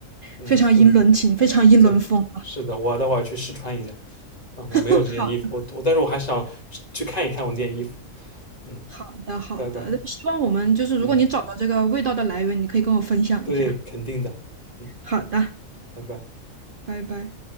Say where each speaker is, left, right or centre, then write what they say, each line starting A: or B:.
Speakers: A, on the left; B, on the right.
A: 嗯。
B: 非常英伦情，非常英伦风。
A: 对，是的，我待会儿去试穿一下。啊，我没有这件衣服，
B: 好
A: 我我，但是我还想去去看一看我这件衣服。嗯，
B: 好的好的，
A: 拜拜。
B: 希望我们就是如果你找到这个味道的来源，
A: 嗯，
B: 你可以跟我分享一下。
A: 对，肯定的。嗯，
B: 好的，
A: 拜拜。
B: 拜拜。